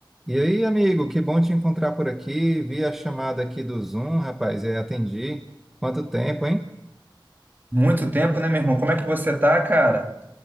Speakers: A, in the centre; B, on the right.
A: E aí, amigo, que bom te encontrar por aqui. Vi a chamada aqui do Zoom, rapaz, e atendi. Quanto tempo, hein?
B: Muito tempo, né, meu irmão? Como é que você tá, cara?